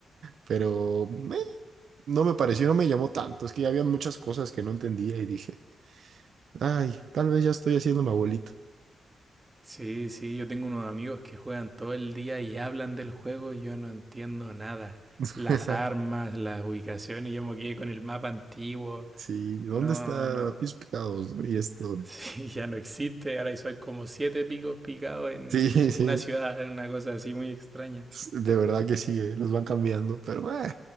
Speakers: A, on the right (about 65°); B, on the right (about 20°).
A: Pero meh, no me pareció, no me llamó tanto. Es que ya había muchas cosas que no entendía y dije, ay, tal vez ya estoy haciendo mi abuelito.
B: Sí, sí, yo tengo unos amigos que juegan todo el día y hablan del juego y yo no entiendo nada.
A: <laughs>
B: Las armas, las ubicaciones, yo me quedé con el mapa antiguo.
A: Sí, ¿dónde
B: No,
A: está
B: no,
A: Pies Picados? no? Y esto.
B: Sí, ya no existe. Ahora son como siete picos picados en
A: Sí, <laughs> sí,
B: una ciudad, en una cosa así muy extraña.
A: de verdad que sí, eh, Los van cambiando, pero eh.